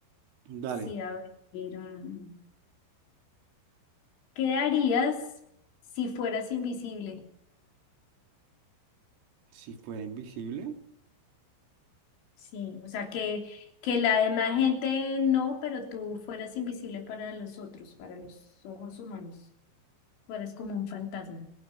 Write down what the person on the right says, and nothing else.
Dale,
si fuera invisible,